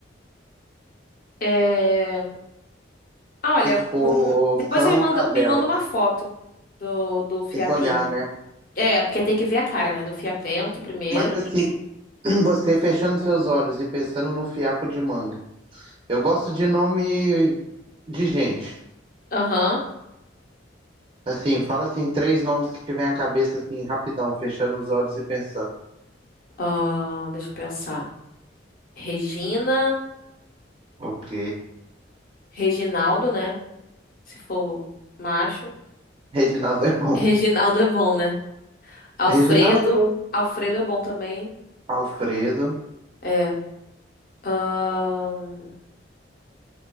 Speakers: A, on the left (about 50°); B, on the right (about 30°).
A: É. Ah, olha,
B: Se for
A: vamos. Depois
B: cão
A: você me manda,
B: ou cadela.
A: me manda uma foto do, do fiapinho.
B: Tem que olhar, né?
A: É, porque tem que ver a cara, né? Do fiapento primeiro.
B: Mas assim, <clears throat> você fechando seus olhos e pensando no fiapo de manga. Eu gosto de nome de gente.
A: Aham.
B: Assim, fala assim, três nomes que tiver a cabeça assim, rapidão, fechando os olhos e pensando.
A: Ah, deixa eu pensar. Regina.
B: Ok.
A: Reginaldo, né? Se for macho.
B: Reginaldo é bom.
A: Reginaldo é bom, né? Alfredo.
B: Reginaldo,
A: Alfredo é bom também.
B: Alfredo,
A: É. Ahn,